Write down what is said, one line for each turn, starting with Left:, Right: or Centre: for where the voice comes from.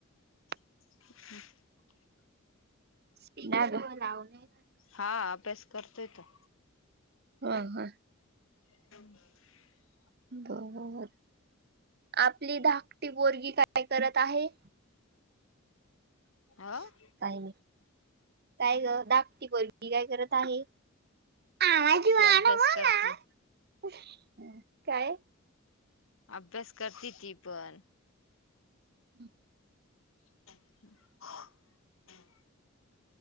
Right: <unintelligible>
Left: ह,
Right: <unintelligible>
Left: हा अभ्यास करतोय त
Right: ह हा.
Left: <unintelligible>
Right: बर आपली धाकटी बोरगी काय करत आहे. <inaudible>
Left: आ! <inaudible>
Right: काही नाही काय ग डाकटी वर्गी काय करत आहे. <inaudible> आज
Left: ती
Right: आ
Left: अभ्यास
Right: ना
Left: करती
Right: काय <unintelligible> <inaudible>
Left: अभ्यास करती ती पण
Right: हम् <unintelligible>
Left: <unintelligible> <inaudible>